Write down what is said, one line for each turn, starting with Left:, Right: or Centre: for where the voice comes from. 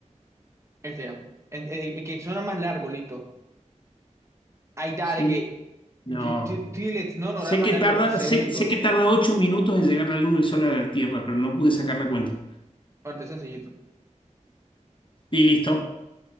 Right: Este ya. En- en- en que suena más largo, listo. Ay, dale,
Left: Sí.
Right: que
Left: No.
Right: G- T- T-Lex, no, no,
Left: Sé
Right: nada más
Left: que
Right: largo,
Left: tarda,
Right: es segundo.
Left: sé, sé que tarda ocho minutos en llegar la luz del sol a la Tierra, pero no pude sacar la cuenta.
Right: Antes sencillito.
Left: Y listo.